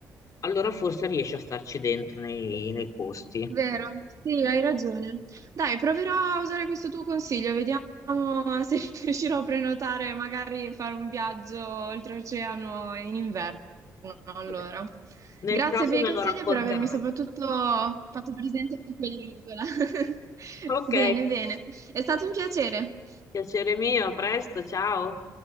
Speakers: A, on the left; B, on the right.
A: allora forse riesci a starci dentro nei, nei costi.
B: Vero, sì, hai ragione. Dai, proverò a usare questo tuo consiglio, vediamo se <laughs> riuscirò a prenotare, magari fare un viaggio oltreoceano in inverno. Allora,
A: Vabbè, nel
B: grazie
A: caso
B: per
A: me
B: i consigli
A: lo racconterai.
B: e per avermi soprattutto fatto presente di quell'isola. <laughs>
A: Ok,
B: Bene, bene, è stato un piacere.
A: piacere mio, a presto, ciao.